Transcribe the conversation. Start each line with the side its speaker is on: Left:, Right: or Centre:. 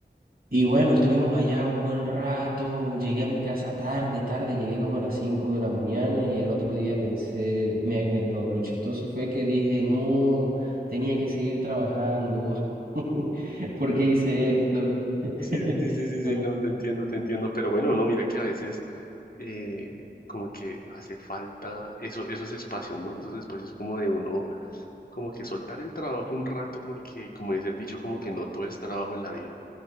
Right: y bueno, estuvimos allá un buen rato, llegué a mi casa tarde, tarde, llegué como a las cinco de la mañana y al otro día pensé, me, me- lo, lo chistoso fue que dije, no, tenía que seguir trabajando, <laughs> ¿por
Left: Ah,
Right: qué hice esto? <laughs>
Left: sí, sí, sí, sí, sí,
Right: Pues,
Left: sí, no, te entiendo, te entiendo, pero bueno, no, mira que a veces eh, como que hace falta eso, esos espacios, ¿no? Esos espacios como de uno, como que soltar el trabajo un rato porque, como dice el dicho, como que no todo es trabajo en la vida.